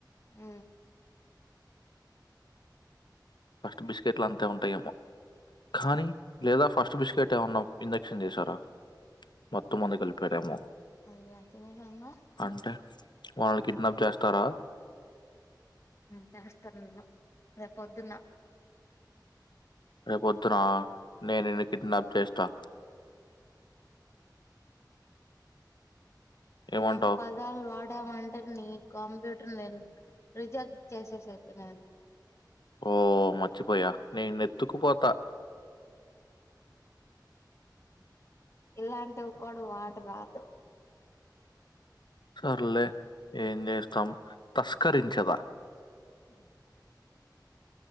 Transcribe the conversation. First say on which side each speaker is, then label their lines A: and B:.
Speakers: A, on the left (about 35°); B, on the left (about 75°).
A: హు
B: ఫస్ట్ బిస్కెట్లంతే ఉంటాయేమో, కానీ లేదా ఫస్ట్ బిస్కెటేమన్నా ఇంజక్షన్ చేసారా మొత్తం మందె కలిపారేమో,
A: అయ్యా తినేసాంగా
B: అంటే వాళ్ళు కిడ్నాప్ చేస్తారా.
A: ఉ చేస్తర్ నిన్ను రేపొద్దున్న
B: రేపు త్రా నేనిన్ ఇ కిడ్నాప్ చేస్తా ఏమంటావు?
A: ఇలాంటి పదాలు వా వంటర్ని కంప్యూటర్ నేను రిజెక్ట్ చేసేసేద్దునని
B: ఓ మర్చిపోయా నేనెత్తుకుపోతా
A: ఇలాంటి ఒకోడు వాట రాదు.
B: సర్లే ఏం జేస్తామ్. తస్కరించెదా